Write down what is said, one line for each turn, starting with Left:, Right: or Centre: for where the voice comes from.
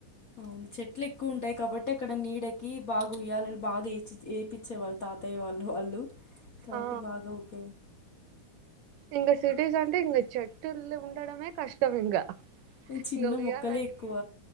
Left: అవును చెట్లు ఎక్కువ ఉంటాయి కాబట్టే అక్కడ నీడకి బాగా ఉయ్యాలు బాగా ఏయిచి ఎపీచ్చేవాళ్ళు తాతయ్య వాళ్ళు వాళ్ళు. కాబట్టి
Right: ఆ
Left: బాగా ఊపేవా
Right: ఇంగ సిటీస్ అంటే ఇంగ చెట్ల్ ఉండడమే కష్టం ఇంగా.
Left: చిన్న
Right: ఇంకా ఉయ్యాల
Left: మొక్కలే
Right: అంటే
Left: ఎక్కువ